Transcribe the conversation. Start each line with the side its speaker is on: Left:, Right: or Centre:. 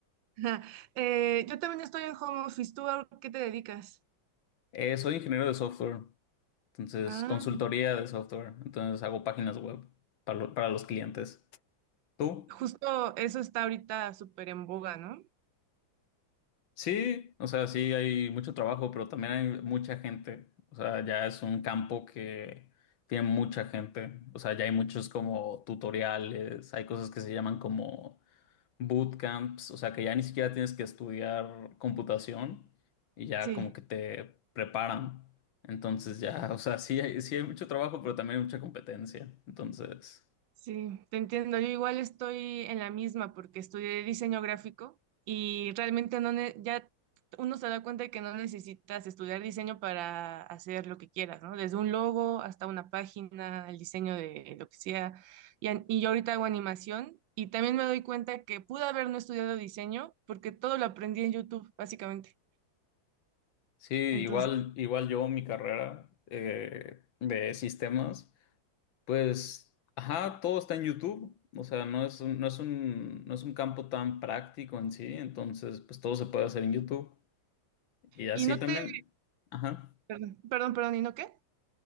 Right: <laughs> Eh, yo también estoy en home office. ¿Tú a qué te dedicas?
Left: Eh, soy ingeniero de software, entonces
Right: Ah,
Left: consultoría de software, entonces hago páginas web para, lo- para los clientes. ¿Tú?
Right: justo eso está ahorita súper en boga, ¿no?
Left: Sí, o sea, sí hay mucho trabajo, pero también hay mucha gente. O sea, ya es un campo que tiene mucha gente. O sea, ya hay muchos como tutoriales, hay cosas que se llaman como bootcamps, o sea que ya ni siquiera tienes que estudiar computación y ya
Right: Sí.
Left: como que te preparan. Entonces ya, o sea, sí hay, sí hay mucho trabajo, pero también hay mucha competencia. Entonces,
Right: Sí, te entiendo. Yo igual estoy en la misma porque estudié diseño gráfico y realmente no ne- ya uno se da cuenta de que no necesitas estudiar diseño para hacer lo que quieras, ¿no? Desde un logo hasta una página, el diseño de lo que sea. Y, an- y yo ahorita hago animación y también me doy cuenta que pude haber no estudiado diseño porque todo lo aprendí en YouTube, básicamente.
Left: sí, igual,
Right: Entonces,
Left: igual yo, mi carrera eh, de sistemas, pues, ajá, todo está en YouTube. O sea, no es un, no es un, no es un campo tan práctico en sí, entonces, pues todo se puede hacer en YouTube. Y así
Right: y no
Left: también,
Right: te,
Left: ajá.
Right: perdón, perdón, perdón, ¿y no qué?